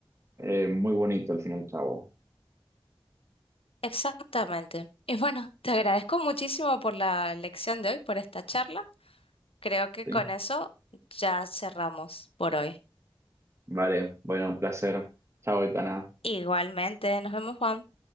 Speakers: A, on the right (about 30°); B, on the left (about 80°).
A: eh, muy bonito al fin y al cabo,
B: Exactamente. Y bueno, te agradezco muchísimo por la lección de hoy, por esta charla. Creo que
A: ¿sí?
B: con eso ya cerramos por hoy.
A: Vale, bueno, un placer. Chao, Itana.
B: Igualmente, nos vemos, Juan.